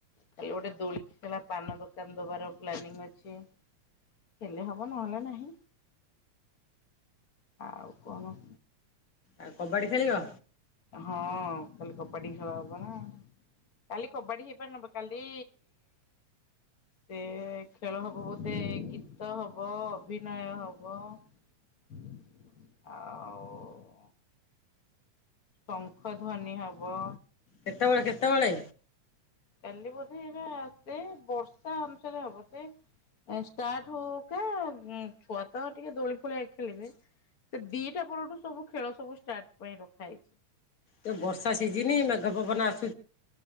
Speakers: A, on the left; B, on the left.
A: କାଲି ଗୋଟେ ଦୋଳି ଖେଳା ପାନ ଦୋକାନ ଦବାର ପ୍ଲାନିଂ ଅଛି। ହେଲେ ହବ ନହଲେ ନାହିଁ ଆଉ କଣ?
B: ଆଉ କବାଡି ଖେଳିବା?
A: ହଁ କାଲି କବାଡି ଖେଳ ହବ ନା? କାଲି କବାଡି ହେଇ ପାରେ ନ ହେଇ ପାରେ କାଲି ସେ ଖେଳ ହବ ବୋଧେ ଗୀତ ହବ ଅଭିନୟ ହବ। ଆଉ ଶଙ୍ଖଧ୍ୱନି ହବ।
B: କେତେବେଳେ କେତେବେଳେ?
A: କାଲି ବୋଧେ ଏଇନା ସେ ବର୍ଷା ଅନୁସାରେ ହବ ସେ। ଷ୍ଟାର୍ଟ ହଉ ହଉକା ଛୁଆ ତ ଟିକେ ଦୋଳି ଫୋଳି ଖେଳିବେ ସେ ଦିଟା ପରଠୁ ସବୁ ଖେଳ ସବୁ ଷ୍ଟାର୍ଟ ପାଇଁ ରଖା ହେଇଛି।
B: ତ ବର୍ଷା ସିଝିନି ମେଘ ପବନ ଆସ